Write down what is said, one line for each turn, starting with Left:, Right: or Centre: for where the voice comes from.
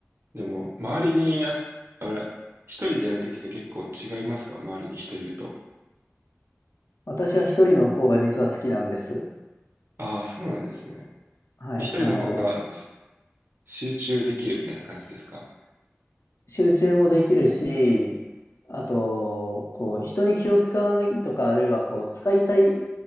Right: でも、周りにや、あれ、一人でやるときと結構違いますか周りに人いると。
Left: 私は一人の方が実は好きなんです。
Right: ああ、そうなんですね。
Left: はい。
Right: 一人の方が
Left: あの、
Right: 集中できるみたいな感じですか
Left: 集中もできるし、あと、こう、人に気を使わないとか、あるいはこう、使いたい